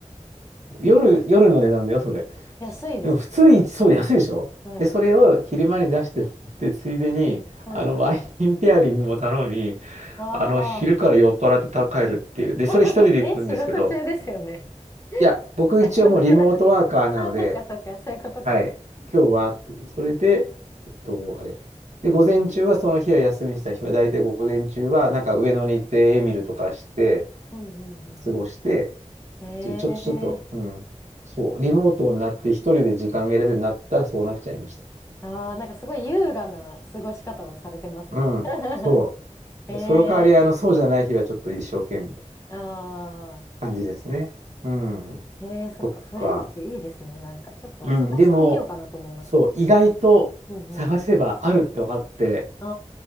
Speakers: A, on the right (about 70°); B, on the left (about 25°).
A: 夜、夜の値段だよ、それ。
B: 安いですね。
A: でも普通に、そう安いでしょで、
B: はい、
A: それを昼間に出してもらって、ついでに、
B: はい。
A: あの、ワインペアリングも頼み、
B: ああ、
A: あの、昼から酔っ払ってた帰るっていう。で、
B: <laughs>
A: それ一人で行くんですけど、
B: え、仕事中ですよね。<laughs>
A: いや、僕一応もうリモートワーカーなので、
B: あ、仕事じゃなくて。あ、そっかそっか、そういうことか。
A: はい、
B: うん
A: 今日はって、それで、えっと、あれ。で、午前中はその日は休みにした日は、大体午前中は、なんか上野に行ってエミルとかして、
B: うんうん
A: 過ごして、
B: うん。ええ
A: ちょちょっと、ちょっと、うん、そう、リモートになって一人で時間が選べるようになったらそうなっちゃいました。
B: ああ、なんかすごい優雅な過ごし方をされてますね。
A: うん、
B: <laughs>
A: そう。
B: ええ
A: その代わり、あの、そうじゃない日はちょっと一生懸命
B: ああ
A: 感じですね。うん、
B: ー、ええそっか、
A: そっか。
B: フレンチいいですね。なんか、ちょっと探してみようかなと思いました。
A: うん、でも、そう、意外と探せばあるって分かって、
B: うんあ